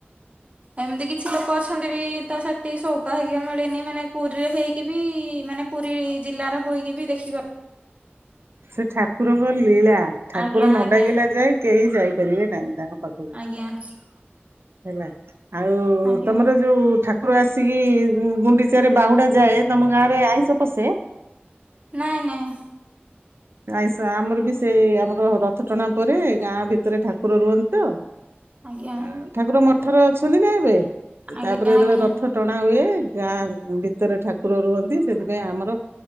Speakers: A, on the right; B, on the right.
A: ଏମତି କିଛି ଲୋକ ଅଛନ୍ତି ବି ତ ସେତିକି ସୌଭାଗ୍ୟ ମିଳିନି ମାନେ ପୁରୀରେ ହେଇ କି ବି ମାନେ ପୁରୀ ଜିଲ୍ଲାର ହୋଇକି ବି ଦେଖିପା
B: ସେ ଠାକୁରଙ୍କ ଲୀଳା ଠାକୁର
A: ଆଜ୍ଞା
B: ନ
A: ଆଜ୍ଞା
B: ଡାକିଲା ଯାଏ କେହି ଯାଇପାରିବେ ନାଇଁ ତାଙ୍କ ପା ଖୁ ହେଲା
A: ଆଜ୍ଞା।
B: ଆଉ
A: ଆଜ୍ଞା।
B: ତମର ଯୋଉ ଠା କୁର ଆସିକି ଉଁ ଗୁଣ୍ଡିଚାରେ ବାହୁଡା ଯାଏ ତମ ଗାଁରେ ଆଇଁଷ ପଶେ।
A: ନାଇଁ ନାଇଁ।
B: ଆଇଁଷ ଆମର ବି ସେଇ ଆମର ରଥ ଟଣା ପରେ ଗାଁ ଭିତେରେ ଠାକୁର ରୁହନ୍ତି ତ
A: ଆଜ୍ଞା
B: ଆଉ ଠାକୁର ମଠରେ ଅଛନ୍ତି ନା ଏବେ ଏ
A: ଆଜ୍ଞା
B: ତାପରେ ଯେତେବେଳେ
A: ଆଜ୍ଞା
B: ରଥ ଟଣା ହୁଏ ଗାଁ ଭିତେରେ ଠାକୁର ରୁହନ୍ତି ସେଇଥିପାଇଁ ଆମର